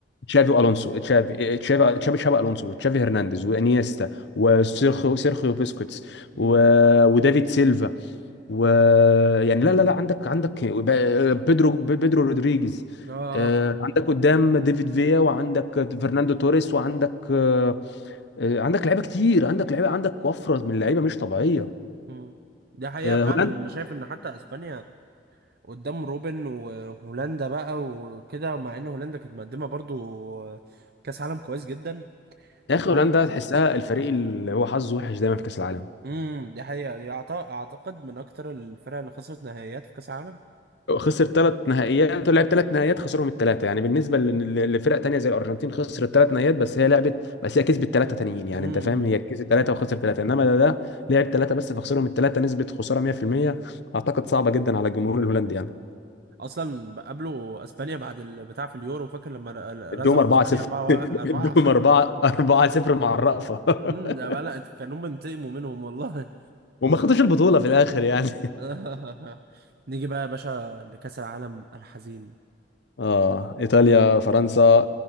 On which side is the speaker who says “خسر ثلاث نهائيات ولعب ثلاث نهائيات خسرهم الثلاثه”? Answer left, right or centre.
Left